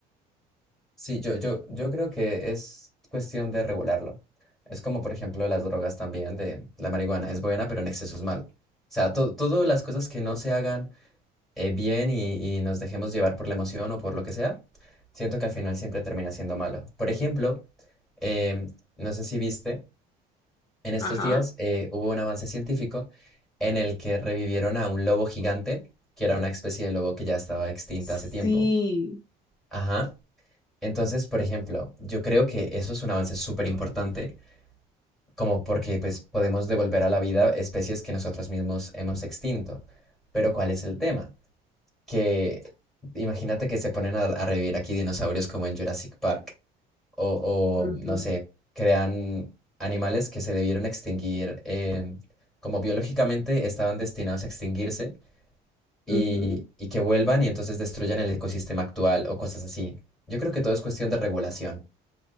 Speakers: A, in the centre; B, on the left.
A: Sí, yo, yo, yo creo que es cuestión de regularlo. Es como, por ejemplo, las drogas también, de la marihuana es buena, pero en exceso es malo. O sea, to- todas las cosas que no se hagan eh, bien y, y nos dejemos llevar por la emoción o por lo que sea, siento que al final siempre termina siendo malo. Por ejemplo, em, no sé si viste, en estos
B: Ajá.
A: días eh, hubo un avance científico en el que revivieron a un lobo gigante, que era una especie de lobo que ya estaba extinta
B: Sí.
A: hace tiempo. Ajá. Entonces, por ejemplo, yo creo que eso es un avance súper importante, como porque pues podemos devolver a la vida especies que nosotros mismos hemos extinto. Pero ¿cuál es el tema? que imagínate que se ponen a, a revivir aquí dinosaurios como en Jurassic Park o,
B: Ujú,
A: o, no sé, crean animales que se debieron extinguir, em, como biológicamente estaban destinados a extinguirse y,
B: ujú.
A: y que vuelvan y entonces destruyan el ecosistema actual o cosas así. Yo creo que todo es cuestión de regulación.